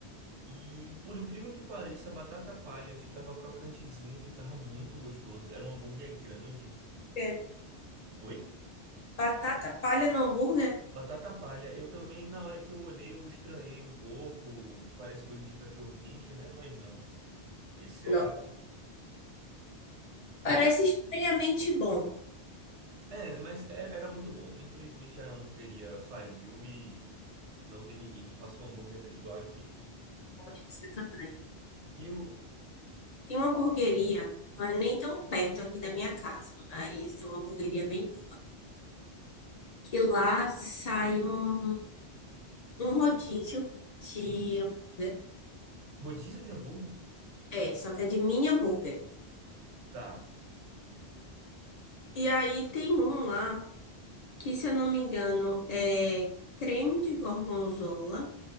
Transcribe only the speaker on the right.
E por incrível que pareça, a batata palha ficava crocantezinho, ficava muito gostoso. Era um hambúrguer grande.
Oi?
Batata palha. Eu também, na hora que eu olhei, eu estranhei um pouco. Parece coisa de cachorro quente, né? Mas não. Esse
era. Oi?
É, mas é- era muito bom. Infelizmente a hamburgueria faliu e não tem ninguém que faça um hambúrguer da- igual aquele.
E o.
Sim.
Rodízio de hambúrguer?
Tá.